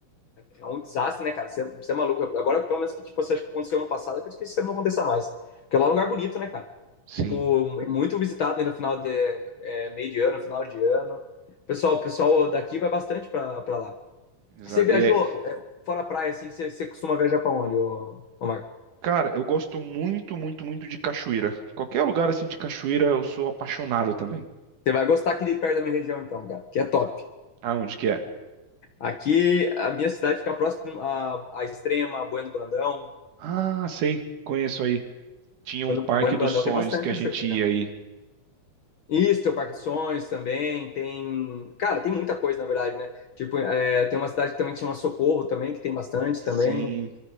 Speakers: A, on the left (about 65°); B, on the right (about 85°).
A: é um desastre, né, cara? Você, você é maluco. Agora, pelo menos que tipo, você acha que aconteceu ano passado, eu acredito que isso não aconteça mais. Porque lá é um lugar bonito, né, cara?
B: Sim,
A: Tipo, é muito visitado ainda no final de é, meio de ano, final de ano. Pessoal, o pessoal daqui vai bastante pra, pra lá.
B: exato.
A: Você viajou
B: E é,
A: é, fora a praia, assim, você, você costuma viajar pra onde, ô, ô Marco?
B: cara, eu gosto muito, muito, muito de cachoeira. Qualquer lugar assim de cachoeira, eu sou apaixonado também.
A: Você vai gostar aqui de perto da minha região, então, cara, que é top.
B: Ah, onde que é?
A: Aqui, a minha cidade fica próxima à, à Extrema, Bueno Brandão.
B: Ah, sei, conheço aí. Tinha
A: Bueno,
B: um parque
A: bueno
B: dos
A: Brandão
B: sonhos
A: tem bastante
B: que
A: cachoeira,
B: a gente ia
A: cara.
B: aí.
A: Isso, tem o Parque de Sonhos também, tem... Cara, tem muita coisa, na verdade, né? Tipo, é, tem uma cidade que também chama Socorro também, que tem bastante
B: Sim,
A: também.